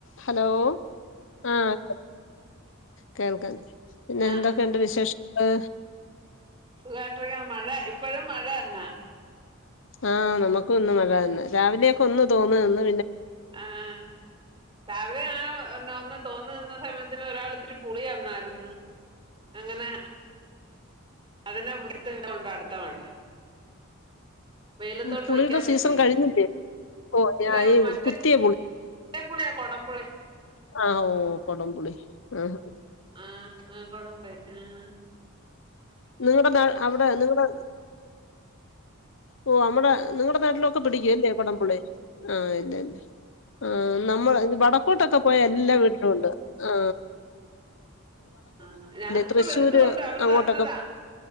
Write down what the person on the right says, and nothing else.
ആഹ്
സുഖാണ്ടരിക്ക മഴ ഇപ്പഴും മഴ എന്നാ
ആഹ രാവില ആ ഒ തോന്ന നിന്ന സമയത്തിന് ഒരാൾ ഇത്തിരി പുളിന്നാ <inaudible> യിരുന്നു അങ്ങനെ അതിനെ വൃത്ത കോണ്ട അടുത്ത മഴ വെയിലത്തോട്ട്
വെക്കാൻ പറ്റിയില്ല
ഇല്ല
മറ്റേ
പുളി കൊടമ്പുളി
ആ ആ കൊടമ്പെ ആഹ
ആ ഞ
എന്ത് കൊൊണ്ട് അവര്
തന്നതാ